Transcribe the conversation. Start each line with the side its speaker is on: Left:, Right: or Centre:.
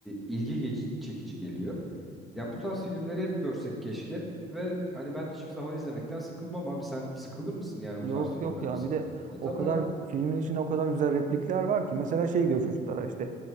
Centre: ilgi geç- çekici geliyor. Ya bu tarz filmleri hep görsek keşke ve hani ben hiçbir zaman izlemekten sıkılmam abi. Sen sıkılır mısın yani
Right: Yok
Centre: bu tarz filmler
Right: yok ya
Centre: olsa?
Right: bir de
Centre: E tabii
Right: o kadar
Centre: abi.
Right: filmin içinde o kadar güzel replikler var ki mesela şey diyor çocuklara işte